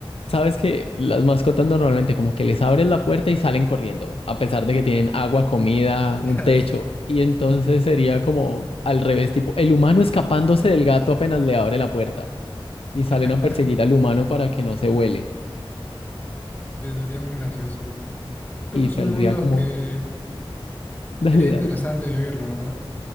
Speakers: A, on the left (about 75°); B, on the left (about 20°).
A: sabes que las mascotas normalmente como que les abres la puerta y salen corriendo, a pesar de que tienen agua, comida, un
B: <laughs> Así.
A: techo. Y entonces sería como al revés, tipo, el humano escapándose del gato apenas le abre la puerta y salen
B: <laughs>
A: a perseguir al humano para que no se vuele.
B: Sí, sería muy gracioso, la verdad. Creo
A: Y
B: que es
A: saldría
B: un mundo
A: como,
B: que Que
A: <laughs> dale,
B: sería interesante vivirlo, ¿verdad?